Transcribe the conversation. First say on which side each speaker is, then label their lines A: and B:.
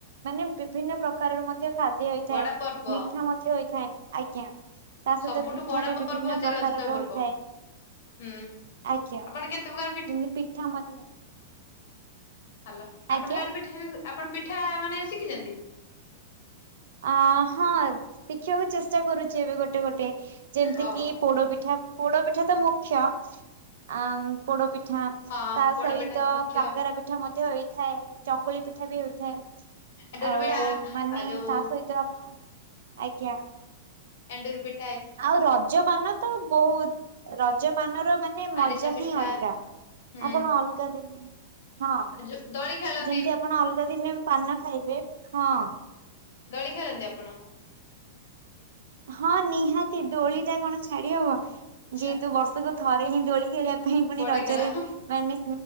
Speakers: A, on the right; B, on the left.
A: ମାନେ ବିଭିନ୍ନ ପ୍ରକାରର ମଧ୍ୟ ଖାଦ୍ୟ ହେଇଥାଏ
B: ବଡ ପର୍ବ
A: ମିଠା ମଧ୍ୟ ହୋଇଥାଏ। ଆଜ୍ଞା। ତା ସହିତ
B: ସବୁଠୁ
A: ପିଠା
B: ବଡ
A: ବି
B: ପର୍ବ
A: ବିଭିନ୍ନ
B: ହଉଛି
A: ପ୍ରକାରର
B: ରଜ ପର୍ବ।
A: ହୋଇଥାଏ।
B: ହୁଁ
A: ଆଜ୍ଞା
B: ଆପଣ କେତେ ପ୍ରକାର
A: ଯେମିତି ପିଠା ମଧ୍ୟ
B: ହାଲା ଆପଣଙ୍କ
A: ଆଜ୍ଞା
B: ଗାଁ ପିଠା ହୁଏ ଆପଣ ପିଠା ମାନେ ଶିଖିଛନ୍ତି?
A: ଆଁ ହଁ ଶିଖିବାକୁ ଚେଷ୍ଟା କରୁଚି ଏବେ ଗୋଟେ ଗୋଟେ ଯେମିତି
B: ଓହୋ
A: କିି ପୋଡପିଠା, ପୋଡୋପିଠା ତ ମୁଖ୍ୟ ଆ ପୋଡ଼ୋ ପିଠା
B: ହଁ
A: ତା
B: ପୋଡ
A: ସହିତ
B: ପିଠା ତ ମୁଖ୍ୟ
A: କାକରା ପିଠା ମଧ୍ୟ ହେଇ ଥାଏ ଚକୁଳି ପିଠା ବି ହୋଇଥାଏ।
B: ଏବେ
A: ଆଉ
B: ରହିଲା
A: ମାନେ
B: ଆଉ ଯୋଉ
A: ତା ଆପଣ ଆଜ୍ଞା।
B: ଏଣ୍ଡୁରି ପି
A: ଆଉ ରଜ ପାନ ତ ବହୁତ ରଜ ପାନ ନର ମାନେ ମଜା
B: ଆରିସା ପିଠା
A: ହିଁ ଅଲଗା
B: ହୁଁ
A: ଆପଣ ଅଲଗା ଦିନ ହଁ
B: ଆଉ ଯୋଉ ଦୋଳି ଖେଳନ୍ତି
A: ଯେମତି ଆପଣ ଅଲଗା ଦିନେ ପାନ ଖାଇବେ ହଁ।
B: ଦୋଳି ଖେଳନ୍ତି ଆପଣ?
A: ହଁ ନିହାତ ତି ଦୋଳି ଟା କଣ ଛାଡି ହବ
B: ଆଚ୍ଛା
A: ଯେହେତୁ ବର୍ଷକୁ ଥରେ ହିଁ ଦୋଳି ଖେଳିବା ବା ପାଇଁ ପୁଣି
B: ବଡ
A: ରଜରେ
B: ଖେଳ
A: ମାନେ